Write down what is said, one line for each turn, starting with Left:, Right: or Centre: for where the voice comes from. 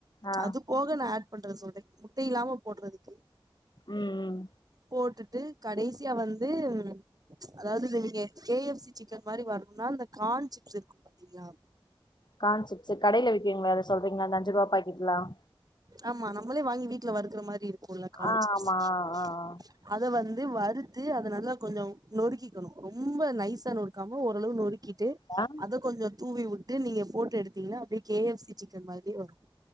Left: ஆ
Right: அது போக ந பண்றது சொல்லோ இலாம போடுறதுக்கு
Left: ம் ம்
Right: போட்டுட்டு போட்டு கடைசியா வந்து உ அதாவது நீங்க கே எஃப் சி சிக்கன் மாரி வரணும்னா இந்த கான் சிப்ஸ் இருக்கும் பாத்தீங்களா
Left: கான்செப்ஸ் கடையில விற்கீங்களா சொல்றீங்களா அஞ்சுரூபா பாக்கெட்லாம்
Right: ஆமா நம்மளே வாங்கி வீட்டுல வருகுற மாரி இருக்கு இருக்குலா கான்சிப்ஸ்அத
Left: ஆ ஆமா ஆ ஆ
Right: வந்து வந்து வறுத்து அத நல்ல கொஞ்சம் நொறுக்கிக்கணும் ரொம்ப நைச நொறுக்காம ஒரு அளவு நறுக்கிட்டு
Left: ஆ
Right: அத கொஞ்சம் தூவி விட்டு நீங்க போட்டு எடுத்தீங்கன்னா அப்படியே கே எஃப் சி சிக்கன் மாரி வரும்